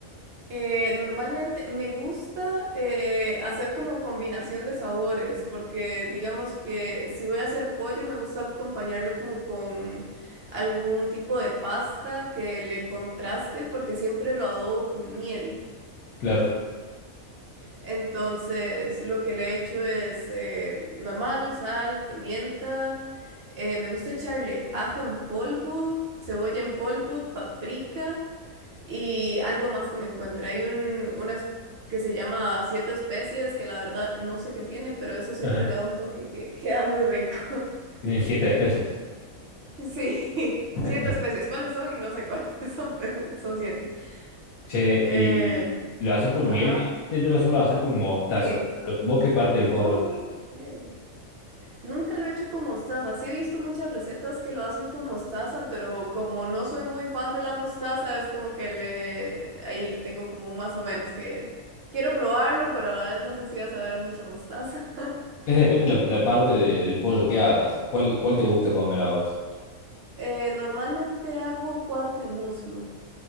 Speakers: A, on the right; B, on the left.
A: Eh, normalmente me gusta eh, hacer como combinación de sabores, porque digamos que si voy a hacer pollo, me gusta acompañarlo como con algún tipo de pasta que le contraste, porque siempre lo adobo con miel.
B: Claro.
A: Entonces, lo que le he hecho es eh, normal, sal, pimienta. eh, me gusta echarle ajo en polvo, cebolla en polvo, paprika y algo más que me encuentra. Hay un, una es- que se llama Siete Especies, que la verdad no sé qué tiene, pero eso siempre
B: Ajá.
A: le da un toque que queda muy rico. <laughs>
B: Tiene siete especies.
A: Sí,
B: <laughs>
A: siete especies. ¿Cuáles son? No sé cuáles <laughs> son, pero son siete.
B: Che,
A: Eh,
B: y, y lo haces con
A: ajá,
B: miel? me dijiste, Yo lo suelo hacer con mostaza.
A: sí.
B: Pero ¿vos qué parte del
A: Oh,
B: pollo haces?
A: ok. Nunca lo he hecho con mostaza. Sí he visto muchas recetas que lo hacen con mostaza, pero como no soy muy fan de la mostaza, es como que le ahí le tengo como un más o menos que quiero probarlo, pero a la vez no sé si va a saber mucha mostaza. <laughs>
B: Es depende la, la parte de- del pollo que hagas. ¿Cuál, cuál te gusta comer a vos?
A: Eh, normalmente hago cuarto y muslo.